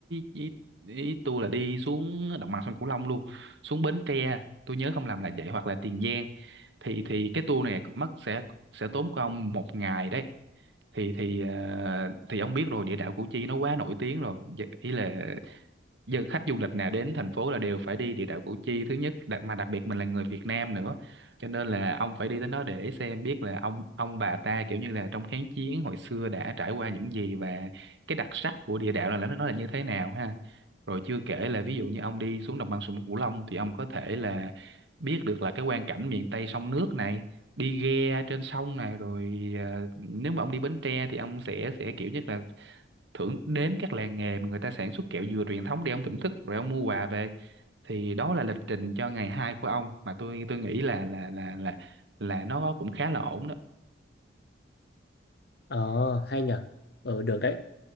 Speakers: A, on the right (about 65°); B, on the left (about 55°).
A: ý, ý tour là đi xuống đồng bằng sông Cửu Long luôn xuống Bến Tre tôi nhớ không lầm là vậy hoặc là Tiền Giang thì thì cái tour này mất sẽ sẽ tốn của ông một ngày đấy thì thì ờ, thì ông biết rồi địa đạo Củ Chi nó quá nổi tiếng rồi Dạ, ý là Giờ khách du lịch nào đến thành phố là đều phải đi địa đạo Củ Chi thứ nhất đặc, mà đặc biệt mình là người Việt Nam nữa cho nên là ông phải đi đến đó để xem biết là ông ông bà ta kiểu như là trong kháng chiến hồi xưa đã trải qua những gì và cái đặc sắc của địa đạo là nó nó là như thế nào ha rồi chưa kể là ví dụ như ông đi xuống đồng bằng sông Cửu Long thì ông có thể là biết được là cái quang cảnh miền Tây sông nước này đi ghe trên sông này rồi à, nếu mà ông đi Bến Tre thì ông sẽ sẽ kiểu nhất là thưởng đến các làng nghề mà người ta sản xuất kẹo dừa truyền thống để ông thưởng thức rồi ông mua quà về thì đó là lịch trình cho ngày hai của ông mà tôi tôi nghĩ là là là là là nó cũng khá là ổn đó
B: Ờ hay nhở. Ờ được đấy.